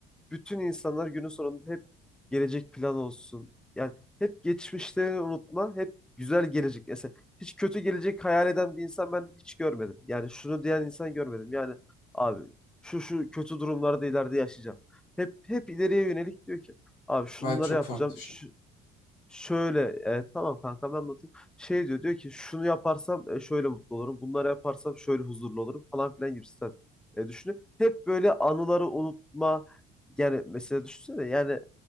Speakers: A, in the centre; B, on the left.
A: bütün insanlar günün sonunda hep gelecek plan olsun. Yani hep geçmişlerini unutma, hep güzel gelecek. Mesela hiç kötü gelecek hayal eden bir insan ben hiç görmedim. Yani şunu diyen insan görmedim. Yani abi şu şu kötü durumlarda ileride yaşayacağım. Hep hep ileriye yönelik diyor ki abi şunları
B: Ben çok
A: yapacağım.
B: farklı düşünüyorum.
A: Şu, Şöyle e, tamam kanka ben anlatayım. Şey diyor diyor ki şunu yaparsam e, şöyle mutlu olurum. Bunları yaparsam şöyle huzurlu olurum falan filan gibisinden e, düşünüyor. Hep böyle anıları unutma yani mesela düşünsene yani e,